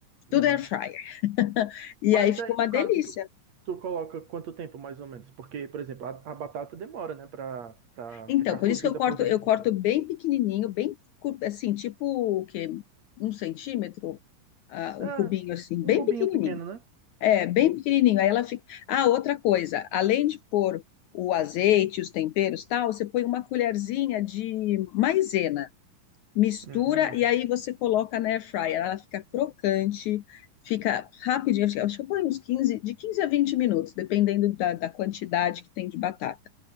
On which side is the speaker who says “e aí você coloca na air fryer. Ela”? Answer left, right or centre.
Left